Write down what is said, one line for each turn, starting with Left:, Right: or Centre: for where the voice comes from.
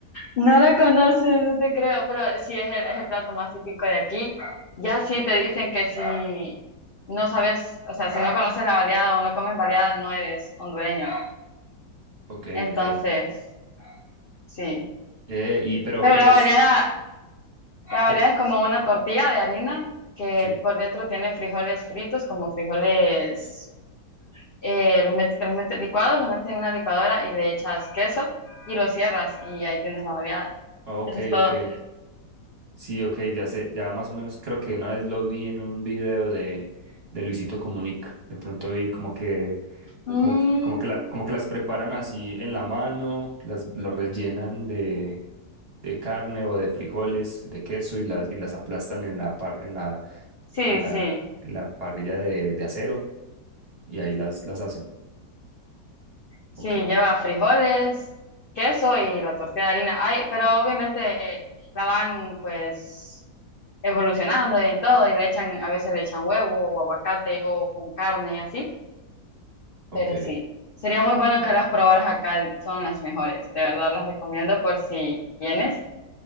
Left: no la conoces, no te creo, pero sí es el, es el plato más típico de aquí. Ya sí te dicen que si no sabes, o sea, si no conoces la baleada o no comes baleada, no eres hondureño.
Right: Ok,
Left: Entonces,
Right: ok.
Left: Sí,
Right: Eh, y pero
Left: pero
Right: ¿qué
Left: la baleada,
Right: es?
Left: la baleada
Right: Eh,
Left: es como una tortilla de harina que
Right: sí.
Left: por dentro tiene frijoles fritos, como frijoles eh, los metes, que los metes licuados, los metes en una licuadora y le echas queso y lo cierras y ahí tienes la baleada.
Right: Ok,
Left: Eso es todo.
Right: ok. Sí, ok, ya sé, ya más o menos creo que una vez lo vi en un video de, de Luisito Comunica. De pronto vi como que,
Left: Mm,
Right: como que, como que, la- como que las preparan así en la mano, las lo rellenan de, de carne o de frijoles, de queso y las, y las aplastan en la par- en la,
Left: sí,
Right: en
Left: sí,
Right: la, en la parrilla de, de acero y ahí las, las hacen.
Left: sí,
Right: Ok,
Left: lleva frijoles, queso y la tortilla de harina. Ay, pero obviamente la van pues evolucionando y todo y le echan, a veces le echan huevo o aguacate o con carne y así
Right: ok.
Left: Pero sí, sería muy bueno que las probaras acá, son las mejores. De verdad las recomiendo por si vienes,